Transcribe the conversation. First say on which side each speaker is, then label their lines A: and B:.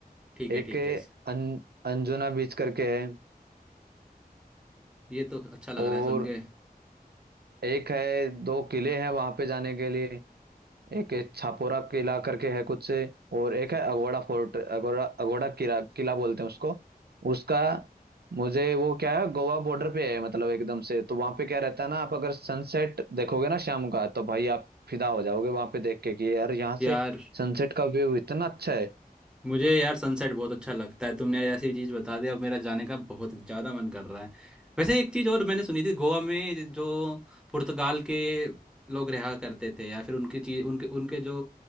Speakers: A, in the centre; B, on the right (about 80°).
A: ठीक है
B: एक
A: ठीक
B: है
A: है
B: अन, अंजुना बीच करके है
A: ये तो अच्छा लग
B: और
A: रहा है सुन के
B: एक है दो किले हैं वहां पे जाने के लिए एक है छापोरा किला करके है कुछ से और एक है अगोड़ा फोर्ट अगोड़ा अगोड़ा किला किला बोलते हैं उसको उसका मुझे वो क्या है गोवा बॉर्डर पे है मतलब एकदम से तो वहां पे क्या रहता है ना आप अगर सनसेट देखोगे ना शाम का तो भाई आप फिदा हो जाओगे वहां पे देख के कि यार यहाँ
A: यार
B: से सनसेट का व्यू इतना अच्छा है
A: मुझे यार सनसेट बहुत अच्छा लगता है तुमने यार ऐसी चीज़ बता दी अब मेरा जाने का बहुत ज़्यादा मन कर रहा है वैसे एक चीज़ और मैंने सुनी थी गोवा में जो पुर्तगाल के लोग रहा करते थे या फिर उनकी चीज उनके उनके जो